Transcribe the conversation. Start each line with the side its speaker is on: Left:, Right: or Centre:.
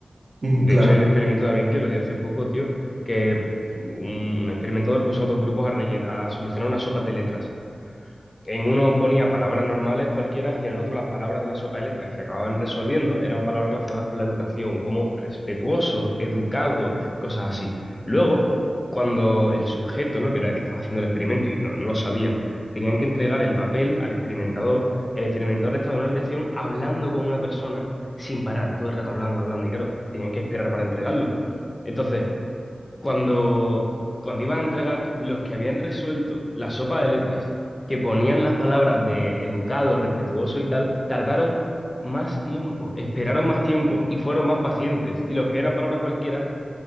Right: Ujú,
Left: De
Right: <laughs> Claro,
Left: hecho, hay un experimento también que lo di hace poco, tío, que un, un experimentador puso a dos grupos a, rellen- a solucionar unas sopas de letras. En uno ponía palabras normales cualquiera y en el otro las palabras de la sopa de letras que acababan resolviendo eran palabras relacionadas con la educación, como respetuoso, educado, cosas así. Luego, cuando el sujeto, ¿no? que era, que estaba haciendo el experimento y no, no lo sabían, tenían que entregar el papel al experimentador, el experimentador estaba en una habitación hablando con una persona sin parar, todo el rato hablando, hablando, y claro, tenían que esperar para entregarlo. Entonces, cuando, cuando iban a entregar, los que habían resuelto la sopa de letras, que ponían las palabras de educado, respetuoso y tal, tardaron más tiempo, esperaron más tiempo y fueron más pacientes. Y los que eran palabras cualquiera